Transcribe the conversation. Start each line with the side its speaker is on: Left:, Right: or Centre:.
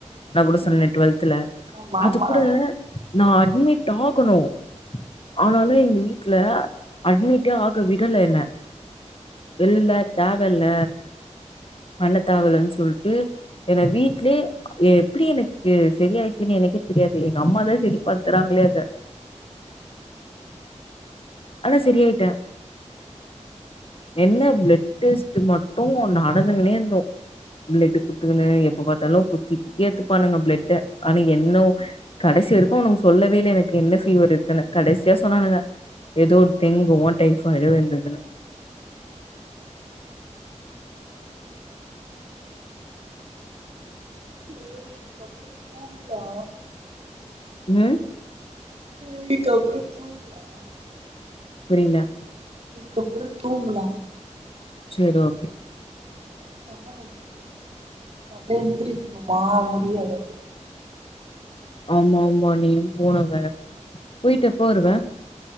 Left: நா கூட சொன்னேனே
Right: ம்
Left: டுவெல்துல
Right: ஆமா
Left: அது
Right: ஆமா
Left: கூட நா அட்மிட் ஆகணு ஆனாலு எங்க வீட்ல அட்மிட்டே ஆக விடல என்ன இல்ல தேவல்ல பண்ண தேவல்லன்னு சொல்ட்டு என்ன வீட்லே எப்டி எனக்கு செரி ஆய்ச்சுன்னு எனக்கே தெரியாது எங்க அம்மாதா செரி படுத்துறாங்களே அத ஆனா செரியாயிட்டே என்ன பிளட் டெஸ்ட் மட்டு நடந்துங்குனே இருந்தோ பிளட் குத்துக்குணு எப்ப பாத்தாலு குத்தி குத்தி எத்துப்பானுங்க பிளட்ட ஆனா என்னோ கடைசி வரைக்கோ ஒன்னு சொல்லவே இல்ல எனக்கு என்ன ஃபீவர் இருக்குன்னு கடைசியா சொன்னானுங்க ஏதோ டெங்குவோ டைஃபாய்டோ இந்துதுன்னு
Right: சேரி இதுக்கப்பற தூங்கலா
Left: ம்
Right: இதுக்கப்பறோ தூங்கலா
Left: புரில
Right: இதுக்கப்பறோ தூங்கல
Left: சேரி ஓகே
Right: தல வலிக்குது கால்ல எந்திரிக்கணுமா முடியாது அப்பறோ
Left: ஆமா ஆமா நீயு போனவ போயிட்டு எப்ப வருவே